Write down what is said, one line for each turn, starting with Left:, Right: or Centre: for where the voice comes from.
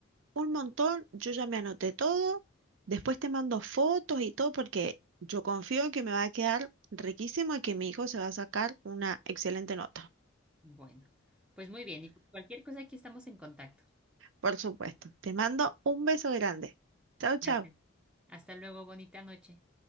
Right: un montón, yo ya me anoté todo, después te mando fotos y todo porque yo confío en que me va a quedar riquísimo y que mi hijo se va a sacar una excelente nota.
Centre: Bueno, pues muy bien, y cualquier cosa aquí estamos en contacto.
Right: Por supuesto, te mando un beso grande. Chao, chao.
Centre: Gracias. Hasta luego, bonita noche.